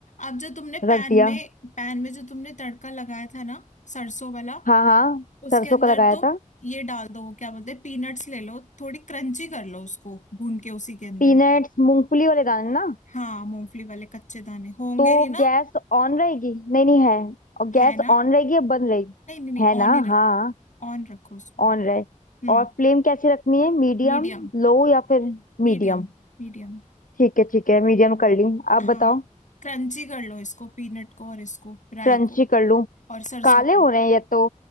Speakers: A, on the left; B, on the left.
A: अब जो तुमने पैन
B: रख दिया
A: में पैन में जो तुमने तड़का लगाया था ना सरसों वाला
B: हाँ हाँ
A: उसके
B: सरसों
A: अंदर
B: का लगाया
A: तुम
B: था
A: ये डाल दो क्या बोलते हैं पीनट्स ले लो थोड़ी क्रंची कर लो उसको भून के उसी के अंदर
B: पीनट्स मूंगफली वाले दाने ना
A: हाँ मूंगफली वाले कच्चे दाने होंगे
B: तो
A: नहीं ना
B: गैस ऑन रहेगी नहीं नहीं है और
A: है
B: गैस
A: ना
B: ऑन रहेगी या बंद रहेगी
A: नहीं नहीं नहीं
B: है ना
A: ऑन ही रख
B: हाँ
A: ऑन रखो उसको
B: ऑन रहे
A: हम्म
B: और फ्लेम कैसी रखनी है मीडियम
A: मीडियम
B: लो या फिर मीडियम
A: मीडियम मीडियम
B: ठीक है ठीक है मीडियम कर ली
A: हाँ
B: आप बताओ
A: क्रंची कर लो इसको पीनट को और इसको राई
B: क्रंची
A: को
B: कर लूं
A: हाँ, और सरसों
B: काले
A: को
B: हो रहे हैं ये तो